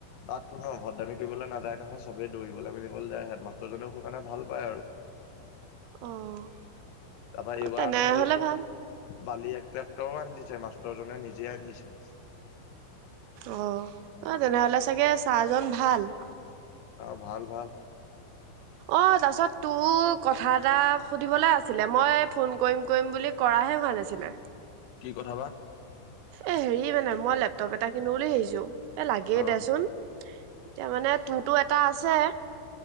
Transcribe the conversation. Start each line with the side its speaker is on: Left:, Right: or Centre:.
Left: তাত কোনো অভদ দামী কৰিবলে নাযায় নহয় চবে দৌৰিবলে মেলিবলে যায় হেডমাষ্টাৰজনেও স কাণে ভাল পায় আৰু।
Right: অ'।
Left: তাপা এইবা
Right: তেনেহলে
Left: আকৌ হেই
Right: ভাল
Left: বালি এক ট্ৰেক্টৰো আনদিছে মাষ্টৰজনে নিজে আনদিছে।
Right: অ', এ, তেনেহ'লে চাগে ছাৰজন ভাল।
Left: অ', ভাল ভাল।
Right: অ', তাছত তো কথা এটা সুধিবলে আছিলে মই ফোন কইম কইম বুলি কৰাহে হোৱা নাছিলে।
Left: কি কথা বা?
Right: এ, হেৰি মানে মই লেপটপ এটা কিনো বুলি ভাইছো এ, লাগেই
Left: অ
Right: দেচোন। এতিয়া মানে তোতো এটা আছে